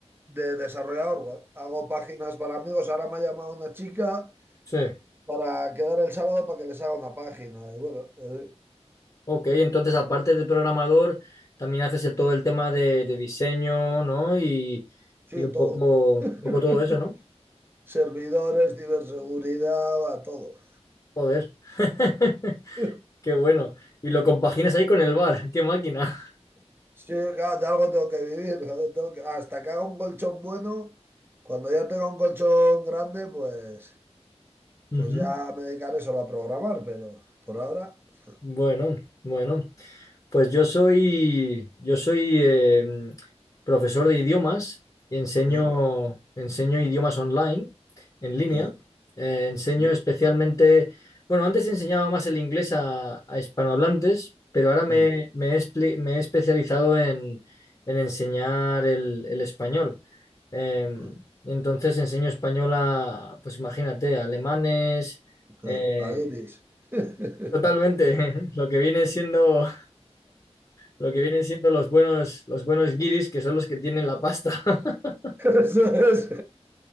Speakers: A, on the right (about 20°); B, on the left (about 35°).
A: de desarrollador web. Hago páginas para amigos. Ahora me ha llamado una chica
B: sí.
A: para quedar el sábado para que les haga una página. Y bueno, eh,
B: Ok, entonces aparte de programador, también haces el- todo el tema de, de diseño, ¿no? Y,
A: sí,
B: y un
A: todo.
B: poco, un
A: <laughs>
B: poco todo eso, ¿no?
A: Servidores, ciberseguridad, va, todo.
B: Joder, <laughs>
A: <laughs>
B: qué bueno. Y lo compaginas ahí con el bar, qué máquina.
A: Sí, claro, de algo tengo que vivir. joder, tengo que- Hasta que haga un colchón bueno, cuando ya tenga un colchón grande, pues,
B: Ujú.
A: pues ya me dedicaré solo a programar, pero por ahora... <laughs>
B: Bueno, bueno. Pues yo soy, yo soy eh, profesor de idiomas y enseño,
A: ¿Eh?
B: enseño idiomas online, en línea.
A: ¿Eh?
B: Eh, enseño
A: Sí.
B: especialmente, bueno, antes enseñaba más el inglés a, a hispanohablantes, pero ahora me,
A: ¿Eh?
B: me he, expli- me he especializado en, en enseñar el, el español. Eh,
A: ¿Eh?
B: entonces enseño español a, pues imagínate, a alemanes, eh,
A: ¿Eh? Aguiris. <laughs>
B: totalmente, <laughs> lo que viene siendo lo que vienen siendo los buenos, los buenos guiris, que son los que tienen la pasta. <laughs>
A: Eso es.